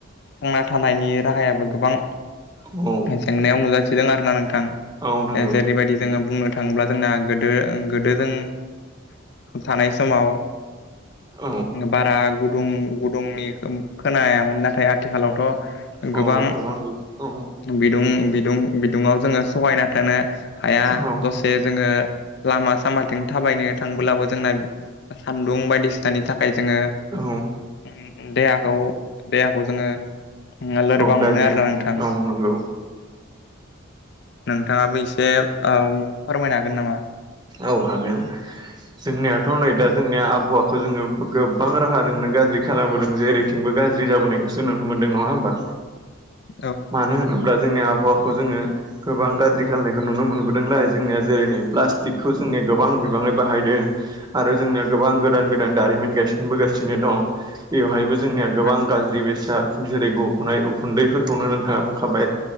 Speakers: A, on the left; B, on the right.
A: थांना थानायनि राहायाबो गोबां
B: औ
A: जेंनायाव नुजाथिदों आरोना नों
B: औ नों
A: जेरैबायदि जोङो बुंनो थांब्ला जोंना गोदो गोदो जों थानाय समाव
B: औ
A: बारा गुदुं गुदुंनि खोनायामोन नाथाय आथिखालावथ'
B: औ
A: गोबां
B: औ
A: बिदुं-बिदुं-बिदुंआव जोङो सहायना थानो हाया
B: औ औ
A: दसे जोङो लामा सामाथिं थाबायनो थांबोब्लाबो जोंना सान्दुं बायदिसिनानि थाखाय जोङो
B: औ
A: उम देहाखौ देहाखौ जोङो लोरबां
B: औ गाज्रि
A: मोनो आरोना नोंथां।
B: औ नंगौ
A: नोंथाङाबो एसे ओम फोरमायनो हागोन नामा?
B: औ हागोन जोंनियाथ'
A: नोंथां
B: नै दा जोंनिया आबहावा- खौ जोङो गोबां राहाजोंनो गाज्रि खालामबोदों जेरैथिंबो गाज्रि जाबोनायखौसो नुनो मोनदों नङा होमबा?
A: औ नंगौ
B: मानो
A: नोंथां
B: होनोब्ला
A: नंगौ
B: जोंनि आबहावा खौ जोङो गोबां गाज्रि खालामनायखौ नुनो मोनबोदोंलाय जोंनिया जेरै नै प्लास्टिक खौ जोंनि गोबां बिबाङै बाहायदों आरो जोंनि गोबां गोदान-गोदान दारिमिन गायसनबोगासिनो दं। बेवहायबो जोंनिया
A: नंगौ
B: गोबां
A: नोंथां
B: गाज्रि
A: नंगौ
B: बेसाद जेरै- गबनाय उखुन्दैफोरखौनो नोंथाङा बुंखाबाय